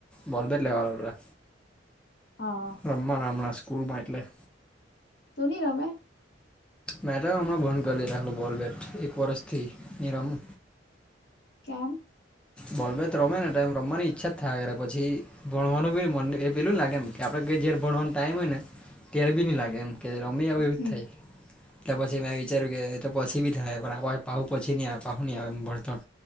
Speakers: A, in the centre; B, on the left (about 60°).
A: બોલબર લેવારા
B: હા.
A: રમવા નામણાં સ્કૂલમાં એટલે
B: તું નહી રમે.
A: મેડમ અ ભંધ કરી રાખલો બોલ બ બેટ એક વરષથી નિરમુ.
B: કેમ.
A: બોલભાઈ તો રમે નેમ રમવાની ઈચ્છા જ થાય પછી ભણવાનું મ એ પેલું લાગે એમ કે આપણે કઈ ભણવાનો ટાઈમ હોય ને ત્યારે બી નહી લાગે એમ કે રમી આવ એવું
B: હમ
A: જ થાય. એટલે પછી મેં વિચાર્યું કે એ તો પછી થાય પણ આપ પહુ પછી નહી આવે પાહું નહીં આવે ભણતર